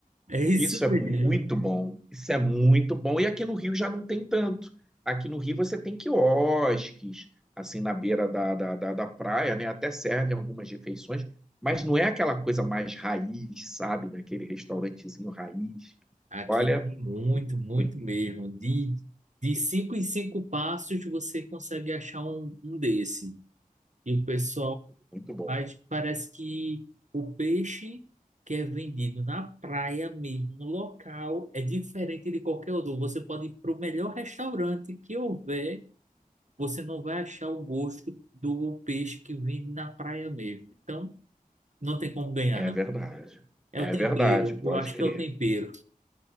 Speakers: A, on the right (about 55°); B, in the centre.
A: É isso
B: isso é
A: mesmo.
B: muito bom. Isso é muito bom. E aqui no Rio já não tem tanto. Aqui no Rio você tem quiosques, assim, na beira da, da, da, da praia, né? Até servem algumas refeições, mas não é aquela coisa mais raiz, sabe? Daquele restaurantezinho raiz.
A: Aqui
B: Olha,
A: tem muito, muito
B: ruim.
A: mesmo. De, de cinco em cinco passos você consegue achar um, um desse. E o pessoal
B: muito bom.
A: faz, parece que o peixe que é vendido na praia mesmo, no local, é diferente de qualquer outro. Você pode ir para o melhor restaurante que houver, você não vai achar o gosto do peixe que vem na praia mesmo. Então, não tem como ganhar,
B: É
A: não.
B: verdade.
A: É
B: É
A: o tempero.
B: verdade, pode
A: Eu acho
B: crer.
A: que é o tempero.